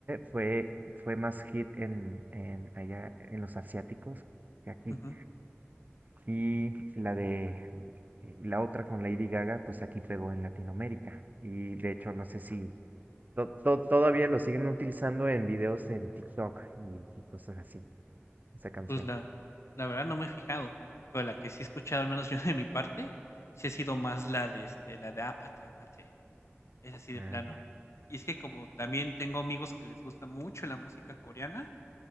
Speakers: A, on the right; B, on the left.
A: fue, fue más hit en, en allá en los asiáticos que aquí.
B: ujú.
A: Y la de y la otra con Lady Gaga, pues aquí pegó en Latinoamérica. Y de hecho, no sé si To- to- todavía lo siguen utilizando en videos en TikTok y, y cosas así, esa canción.
B: Pues la, la verdad no me he fijado, pero la que sí he escuchado, al menos yo de mi parte, sí ha sido más la de este, la de Apate, Apate. Es así de
A: Ah,
B: plano.
A: ya.
B: Y es que como también tengo amigos que les gusta mucho la música coreana,